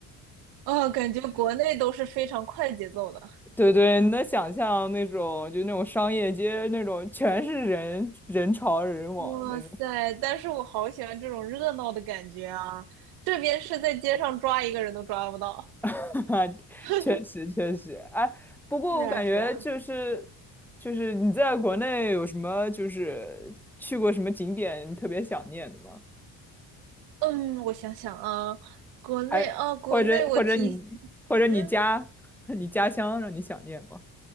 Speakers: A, on the right; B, in the centre.
A: 哦，感觉国内都是非常快节奏的。
B: 对对，你能想象那种就那种商业街那种全是人人潮人往那种，
A: 哇塞，但是我好喜欢这种热闹的感觉啊！这边是在街上抓一个人都抓不到。
B: <laughs>
A: <laughs>
B: 确实确实，哎，不过我感觉就是就是你在国内有什么就是去过什么景点你特别想念的吗？
A: 是啊是啊，嗯，我想想啊，国内啊，
B: 还或者或者你或者你家
A: 国内我提，嗯。
B: <laughs> 你家乡让你想念吗？